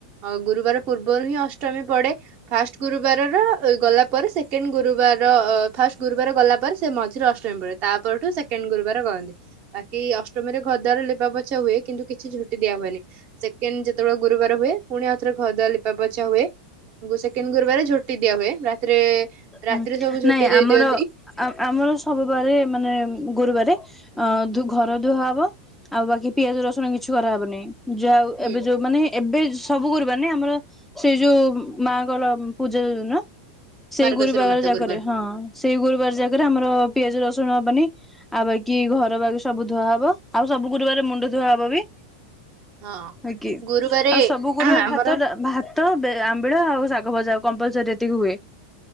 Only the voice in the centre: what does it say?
ହୁଁ
ନାଇଁ
ଆମର
ଅ-ଅ ଆମର ସବୁ ବାରେ ମାନେ ଗୁରୁବାରେ ଅ ଘର ଧୁଆହବ ଆଉ ବାକି ପିଆଜ ରସୁଣ କିଛି କରାହେବନି- ଯାଆଉ
ଏବେ ଯୋଉ ମାନେ ଏବେ ସବୁ କରିବାନି ଆମର ସେଇ ଯୋଉ ମାଙ୍କର ପୂଜା ଯ ଦଉନ ସେଇ
ଗୁରୁବାର
ଜାଗାରେ
ହଁ ସେଇ ଗୁରୁବାର ଜାଗାରେ ଆମର ପିଆଜ ରସ୍ ଶୁଣ ହବନି ଆଉ ବାକିି ଘର ବାକି ସବୁ ଧୁଆ ହବ ଆଉ ସବୁ ଗୁରୁବାର ମୁଣ୍ଡ ଧୁଆ ହେବ ବି।
ହେ କି
ଆଉ ସବୁ ଗୁରୁବାରେ
ଭାତ ଡା ଭାତ ବେ ଆମ୍ବିଳ ଆଉ ଶାଗ ଭଜା କମ୍ପଲସରି ଏତିକି ହୁଏ।